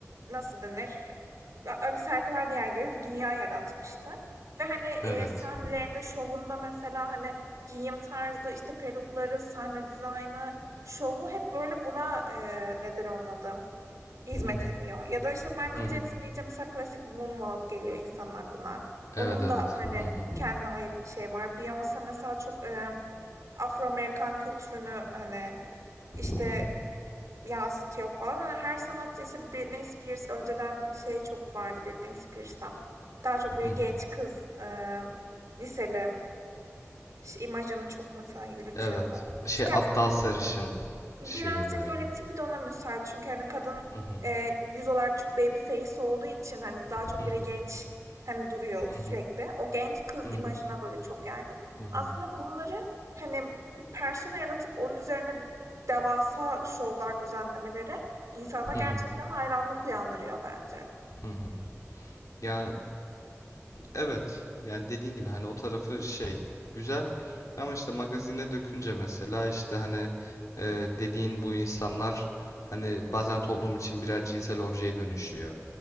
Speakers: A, on the right (about 80°); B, on the left (about 80°).
A: nasıl denir? Alice Harikalar Diyar gibi bir dünya yaratmıştı. Ve hani e,
B: Evet.
A: sahnelerinde, şovunda mesela hani Giyim tarzı, işte, perukları, sahne dizaynı, şovu hep böyle buna, eee, nedir onun adı, hizmet
B: Hı hı
A: ediyor. Ya da, işte, Michael
B: hı hı.
A: Jackson deyince mesela klasik Moonwalk geliyor insanın aklına.
B: Evet
A: Onun
B: evet.
A: da, hani,
B: Hı hı
A: kendine ait bir şey var. Beyoncé mesela çok, emm, Afro Amerikan kültürünü, hani, işte,
B: hı hı
A: yansıtıyor falan. Hani, her sanatçı, işte, Britney Spears önceden şey çok vardı Britney Spears'tan. Daha çok böyle
B: hı
A: genç
B: hı.
A: kız, eee, liseli işte imajını çok mesela yürütüyordu.
B: Evet. Şey
A: Çünkü aslında
B: aptal sarışın
A: birazcık
B: şeyi böyle.
A: böyle tipi de ona müsait. Çünkü hani kadın
B: Hı hı.
A: e, yüz olarak çok baby face olduğu için hani daha çok
B: Hı hı.
A: böyle genç hani duruyor
B: Hı
A: sürekli.
B: hı.
A: O genç kız
B: Hı
A: imajına
B: hı.
A: böyle çok yaygın.
B: Hı hı.
A: Aslında bunları hani bir persona yaratıp onun üzerine devasa şovlar düzenlemeleri insana
B: Hı
A: gerçekten
B: hı.
A: hayranlık uyandırıyor bence.
B: Hı hı. Ya evet. Yani dediğin gibi hani o tarafı şey güzel ama işte magazine dökünce mesela işte hani e, dediğin bu insanlar hani bazen toplum için birer cinsel objeye dönüşüyor.